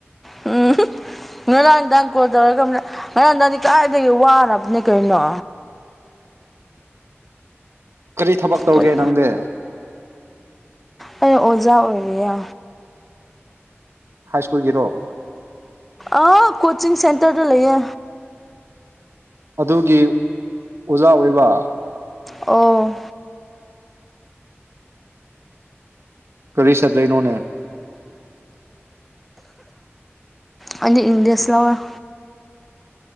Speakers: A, in the centre; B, on the right (about 65°).
A: ꯎꯝ ꯉꯔꯥꯡꯗꯥ ꯀꯣꯜ ꯇꯧꯔꯒ ꯉꯔꯥꯡꯗꯥꯗꯤ ꯀꯗꯥꯏꯗꯒꯤ ꯋꯥꯔꯕꯅꯦ ꯀꯩꯅꯣ
B: ꯀꯔꯤ ꯊꯕꯛ ꯇꯧꯒꯦ
A: ꯑꯩ
B: ꯅꯪꯗꯦ
A: ꯑꯩ ꯑꯣꯖꯥ ꯑꯣꯏꯔꯤꯌꯥ
B: ꯍꯥꯏ ꯁ꯭ꯀꯨꯜꯒꯤꯔꯣ
A: ꯑꯥ ꯀꯣꯆꯤꯡ ꯁꯦꯟꯇꯔꯗ ꯂꯩꯌꯦ
B: ꯑꯗꯨꯒꯤ ꯑꯣꯖꯥ ꯑꯣꯏꯕ
A: ꯑꯣ
B: ꯀꯂꯤ ꯁꯠ ꯂꯩꯦ ꯅꯣꯅꯦ
A: ꯑꯅꯤ ꯏꯪꯂꯤꯁ ꯂ